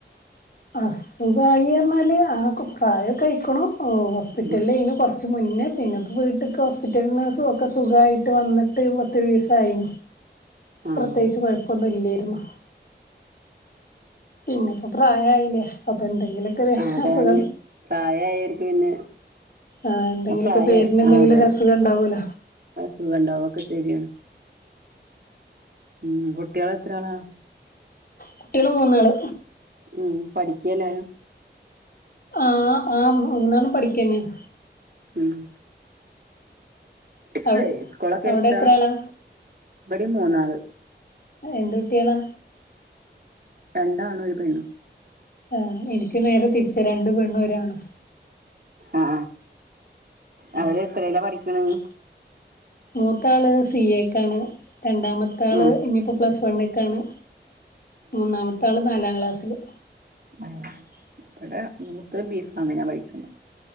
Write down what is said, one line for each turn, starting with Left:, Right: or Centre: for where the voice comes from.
Left: അസുഖമായിപറഞ്ഞാല് ആൾക്ക് പ്രായമൊക്കെ ആയിക്ക് ണു ഓ ഹോസ്പിറ്റലിൽ
Right: ഉം
Left: അയ്നു കുറച്ച് കുറച്ച മുന്നേ പിന്നെപ്പോ വീട്ട ഹോസ്പിറ്റലന്ന് സു ഒക്കെ സുഖമായിട്ട് വന്നിട്ട് പത്തി ദയസയിന്
Right: ആഹ്
Left: പ്രത്യേകിച്ച് കൊഴപ്പൊന്നും ഇല്ലരുന്നു പിന്നെപ്പൊ പ്രായ അയിലെ അപ്പൊ എന്തെങ്കിലൊക്കെ ഒരു
Right: അതന്നെ
Left: അസുഖം
Right: പ്രായായോർക്ക് പിന്നെ
Left: ആ
Right: ഇപ്പ
Left: എന്തെങ്കിലൊക്കെ
Right: പ്രായ
Left: പേരിന് എന്തെങ്കിലും
Right: അതെ
Left: ഒരു അസുഖം ഉണ്ടാവൂല
Right: അസുഖം ഉണ്ടാവും ഒക്കെ ശരിയാണ് ഉം കുട്ടികളെത്രളാ
Left: കുട്ടികള് മൂന്നാള്
Right: ഉം പഠിക്കല്ലെ
Left: ആ ആ മുന്നാണ് പഠിക്കന്യണ്
Right: ഉം
Left: അവി
Right: ഹ സ്കൂളൊക്കെ
Left: അവിടെ
Right: എത്താം
Left: എത്ര ആളാ
Right: ഇവിടെ മൂന്നാല്
Left: എന്ത് കുട്ടികളാ
Right: രണ്ട് ആണും ഒരു പെണ്ണും
Left: ആ എനി ക്ക് നേരെ തിരിച്ചാ രണ്ട് പെണ്ണും ഒരാണും
Right: ആ
Left: ഉം
Right: അവര് എത്രയിലാ പഠിക്കണത്
Left: മൂത്ത ആള് സിഎക്കാണ് രണ്ടാമത്തെ ആള്
Right: ആഹ്
Left: ഇനിയിപ്പോ പ്ലസ് വണ്ണേക്കാണ് മൂന്നാമത്തെ ആള് നാലാം ക്ലാസി ല്
Right: ആ ഇവിടെ മൂത്തത് ബീക്കോമിനാ പഠിക്കണത്